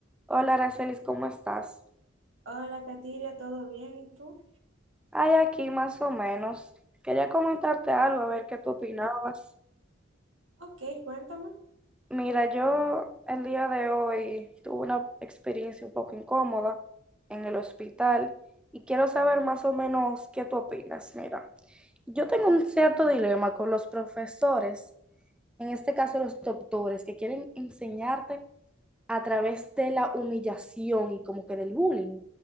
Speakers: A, in the centre; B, on the right.
A: Hola, Aracelis, ¿cómo estás?
B: Hola, Katiria, ¿todo bien? ¿Y tú?
A: Ay, aquí más o menos. Quería comentarte algo, a ver qué tú opinabas.
B: Ok, cuéntame.
A: Mira, yo el día de hoy tuve una experiencia un poco incómoda en el hospital y quiero saber más o menos qué tú opinas. Mira, yo tengo un cierto dilema con los profesores, en este caso los doctores, que quieren enseñarte a través de la humillación y como que del bullying.